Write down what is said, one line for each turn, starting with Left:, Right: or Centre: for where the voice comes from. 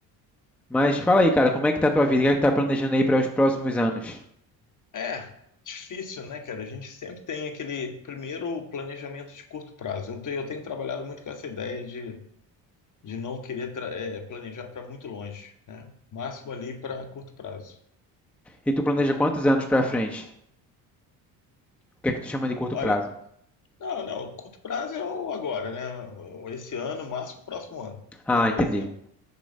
Centre: Mas fala aí, cara, como é que tá a tua vida? O que é que tu tá planejando aí para os próximos anos?
Left: É, difícil, né, cara? A gente sempre tem aquele primeiro planejamento de curto prazo. Eu tenho, eu tenho trabalhado muito com essa ideia de, de não querer tra- eh, planejar para muito longe, né? Máximo ali para curto prazo.
Centre: E tu planeja quantos anos pra frente? O que é que tu chama de curto
Left: Olha,
Centre: prazo?
Left: não, não, curto prazo é o agora, né? O- Esse ano, máximo próximo ano.
Centre: Ah,
Left: Então, por
Centre: entendi.
Left: exemplo,